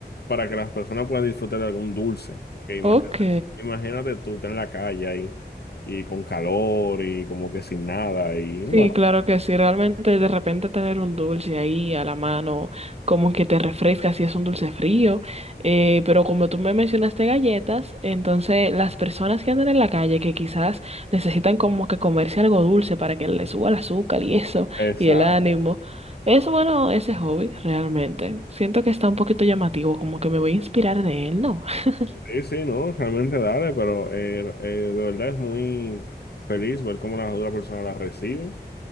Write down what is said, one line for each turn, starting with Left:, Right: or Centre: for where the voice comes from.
Left: para que las personas puedan disfrutar de algún dulce. Porque imagínate,
Right: Ok.
Left: imagínate tú, estás en la calle ahí, y con calor, y como que sin nada, y bueno,
Right: Sí, claro que sí. Realmente de repente tener un dulce ahí a la mano, como que te refresca si es un dulce frío. Eh, pero como tú me mencionaste galletas, entonces las personas que andan en la calle que quizás necesitan como que comerse algo dulce para que les suba el azúcar y eso,
Left: exacto.
Right: y el ánimo. Es bueno ese hobby, realmente. Siento que está un poquito llamativo, como que me voy a inspirar de él, ¿no? <laughs>
Left: Sí, sí, no, realmente dale, pero eh, eh, de verdad es muy feliz ver cómo las otras personas las reciben.